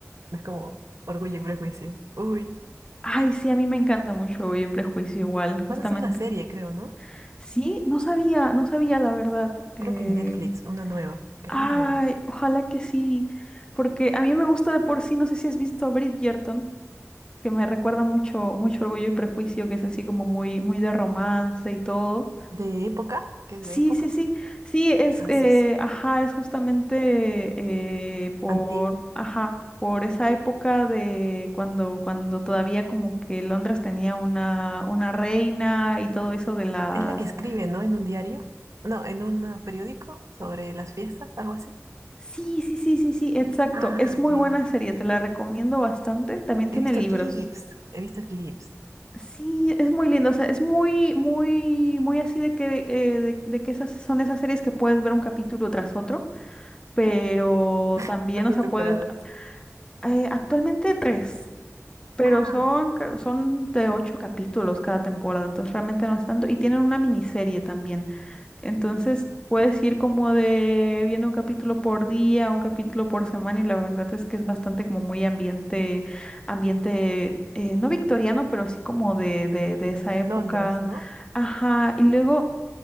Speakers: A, on the right; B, on the left.
A: No es como Orgullo y Prejuicio. Uy.
B: Ay, sí, a mí me encanta mucho Orgullo y Prejuicio igual, justamente.
A: Van a hacer una serie, creo, ¿no?
B: Sí, no sabía, no sabía la verdad. Eh,
A: Creo que en Netflix, una nueva. Creo.
B: Ay, ojalá que sí, porque a mí me gusta de por sí, no sé si has visto Bridgerton, que me recuerda mucho, mucho Orgullo y Prejuicio, que es así como muy, muy de romance y todo.
A: ¿De época? ¿Qué es
B: Sí,
A: de época?
B: sí, sí, sí, es,
A: Ah,
B: eh,
A: sí, sí.
B: ajá, es justamente eh, por,
A: Antigua.
B: ajá, por esa época de cuando, cuando todavía como que Londres tenía una, una reina y todo eso de las...
A: Es la que escribe, ¿no? En un diario. No, en un eh, periódico sobre las fiestas, algo así.
B: Sí, sí, sí, sí, sí, exacto,
A: Ah,
B: es muy
A: ya,
B: buena
A: ya.
B: serie, te la recomiendo bastante, también tiene
A: He visto
B: libros.
A: clips. He visto clips.
B: Sí, es muy lindo, o sea, es muy, muy, muy así de que, eh, de, de que esas son esas series que puedes ver un capítulo tras otro, pero
A: <laughs>
B: también,
A: ¿Cuántas
B: o sea,
A: temporadas?
B: puedes Eh, actualmente tres, pero
A: Ah,
B: son, ca- son de ocho capítulos cada temporada, entonces realmente no es tanto. Y tienen una miniserie también. Entonces puedes ir como de viendo un capítulo por día, un capítulo por semana, y la verdad es que es bastante como muy ambiente, ambiente, eh, no victoriano, pero sí como de, de, de esa época.
A: Londres, ¿no?
B: Ajá. Y luego